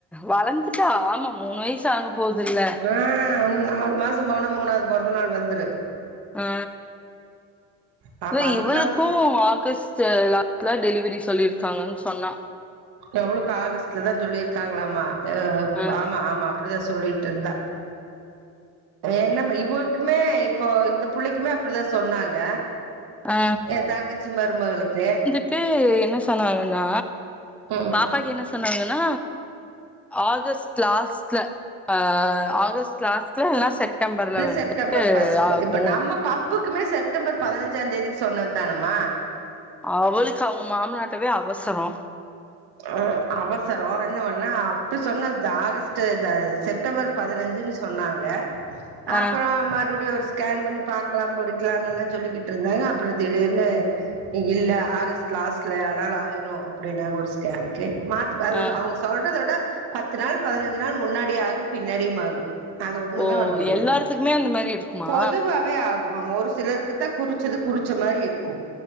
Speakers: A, in the centre; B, on the right.
A: வளந்துட்டா ஆமா மூணு வயசு ஆக போதுல்ல
B: ஆ உன்னு நாலு மாசோ போனா மூணாவது பொறந்த நாள் வந்துரு
A: ஆ
B: பாப்பா
A: இவ
B: அதுக்குதா
A: இவளுக்கு ஆகஸ் ட்டு லாஸ்ல டெலிவரி சொல்லியிருக்காங்கனு சொன்னா
B: எவ்ளவுக்கு ஆகஸ்ட்ல தா சொல்லியிருக்காங்களாமா ம்
A: ஆ
B: ஆமா ஆமா அப்டிதா சொல்லிட்ருந்தா என்னமே இவள்குமே இப்போ இந்த புள்ளைக்குமே அப் டிதா சொன்னாங்க
A: ஆ
B: எ தங்கச்சி மருமகளுக்கு
A: ட்டு என்ன சொன்னாங்கனா
B: ம்
A: பாப்பாக்கு என்ன சொன்னாங்கனா ஆகஸ்ட் லாஸ்ட்ல ஆ ஆகஸ் ட் லாஸ்ட்ல இல்ல செப்டம்பர்ல
B: இல்ல
A: வந்துட்டு
B: செப்டம்பர் ஃபர்ஸ்ட்ல
A: ஆகு
B: இப்ப நம்ம பப்புக்குமே செப்டம்பர் பதினஞ்சா தேதிக்கு சொன்னது தானம்மா
A: அவளுக்கு அவுங்க மாமனாருக்கமே அவசரோ
B: அ அவசரோ இன்னு ஒன்னு அப்ப சொன்னதா ஆகஸ்ட்டு இந்த செப்டம்பர் பதினஞ்சுனு சொன்னாங்க அப்பறோ
A: ஆ
B: மறுவடியு ஒரு ஸ்கேன் பண்ணி பாக்கலா படிக்கலானு எல்லா சொல்லிக்கிட்டு இருந்தாக அப்புற திடீர்னு இல்ல ஆகஸ்ட் லாஸ்ட்ல ஆனாலு ஆயிரு அப்டினு ஒரு ஸ்கேனுக்கு மார்ச் பதினொன்
A: ஆ
B: அவுங்க சொல்றத விட பத்து நாள் பதினஞ்சு நாள் முன்னாடி ஆகு பின்னாடியும் ஆகும் அது ஒண்ணுமே
A: ஓ
B: பண்ண முடியாது
A: எல்லா எடத்துக்குமே அந்த மாரி இருக்குமா
B: பொதுவாவே ஆகு ஆமா ஒரு சிலருக்கு தா குறிச்சது குறிச்ச மாரி இருக்கு